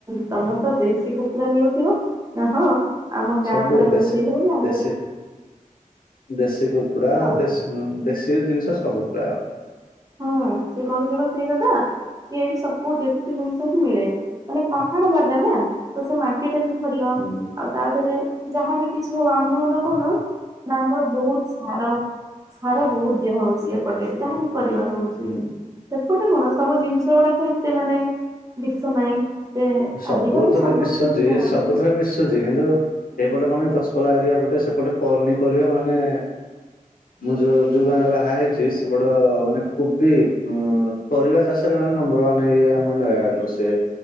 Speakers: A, on the right; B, on the left.
A: ତମର ତ ଦେଶୀ କୁକୁା ମିଳୁଥିବ, ନା ହଁ। ଆମ କ୍ୟାମ୍ପରେ
B: ସବୁ ଦେଶୀ
A: ରୋଷେଇ ହଉଚି, ଆମେ
B: ଦେଶୀ
A: ଯା
B: ଦେଶୀ କୁକୁଡା,
A: ହଁ
B: ଦେଶୀ ଜିନିଷ ସବୁ ପ୍ରାୟ।
A: ହଁ ସେ କହିିଲେ ବା ସେଇ କଥା କି ଏଇଠି ସବୁ ଦେଶୀ ଜିନିଷ ହିଁ ମିଳେ, ମାନେ ପାହାଡ ଜାଗା ନା ତ ସେ ମାଟିଟା ବି ଭଲ,
B: ହୁଁ
A: ଆଉ ତା ଧେରେ ଯାହାବି କିଛି ହଉ ଆମ <unintelligible> କଣ ନା ଆମର ବହୁତ୍ ସାର ସାର ବହୁତ ଦିଆ ହଉଛି ଏପଟେ ଯାହାବି ପରିବା ହଉଛି
B: ହୁଁ।
A: ସେପଟେ କଣ ସବୁ ଜିନିଷ ଗୁଡାକ ଏତେ ମାନେ ବିଷ ନାହିଁ ଏତେ
B: ସବୁଥରେ
A: ଆଜିକାଲି ସବୁଥିରେ
B: ମିଶୁଚି
A: ଦିଆ ହଉଛି
B: ସବୁ ଥରେ ମିଶୁ ଚି କିନ୍ତୁ ଏପଟେ କଣ କି ଦଶପଲ୍ଲା ଏରିଆ ପଟେ ସେପଟେ ପନିପରିବା ମାନେ
A: ହଁ <unintelligible>
B: ମୁଁ ଯୋଉ ଯୋଉ ଗାଁ ରେ ବାହା ହେଇଛି ସେପଟ ମାନେ କୋବି ଉ ପରିବା ଚାଷ ମେ ନମ୍ବର ୱାନ ଏରିଆ ଆମ ନୟାଗଡ ରୁ ସେ